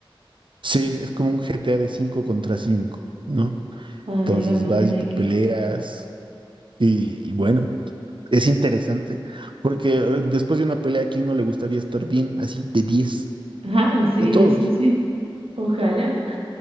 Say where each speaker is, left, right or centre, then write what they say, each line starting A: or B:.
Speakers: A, on the right; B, on the right.
A: Sí, es como un GTA de 5 contra 5, ¿no?
B: Ahí
A: Entonces
B: va, vas
A: vas
B: en
A: y
B: equipo.
A: te peleas y, y bueno, es interesante, porque eh, después de una pelea, ¿a quién no le gustaría estar bien así de diez
B: Ah, sí,
A: A todos.
B: eso sí. Ojalá,